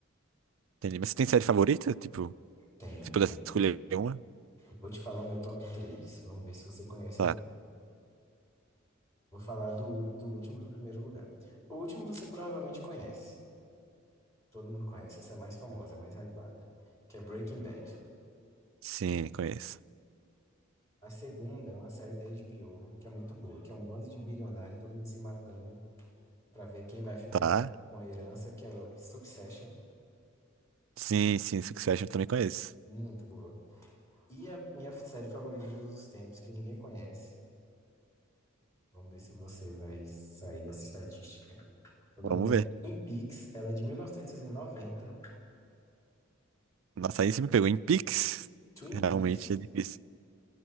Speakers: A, on the right; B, on the left.
A: entendi. Mas você tem série favorita? Tipo,
B: Tem,
A: se pudesse
B: tem.
A: escolher uma?
B: Vou te falar o meu top 3. Vamos ver se você conhece
A: Tá.
B: algum. Vou falar do, do último pro primeiro lugar. O último você provavelmente conhece. Todo mundo conhece. Essa é a mais famosa, a mais hypada. Que é Breaking Bad.
A: Sim, conheço.
B: A segunda é uma série da HBO, que é muito boa, que é um bando de bilionário, todo mundo se matando para ver quem vai ficar
A: Tá.
B: com com a herança, que é o Succession,
A: Sim, sim, Succession eu também conheço.
B: muito boa. E a minha série favorita de todos os tempos, que ninguém conhece. Vamos ver se você vai sair dessa estatística. O nome
A: Vamos
B: dela
A: ver.
B: é Twin Peaks, ela é de 1990,
A: Nossa, aí você me pegou. Em Pix,
B: Twin
A: realmente
B: Peaks.
A: é difícil.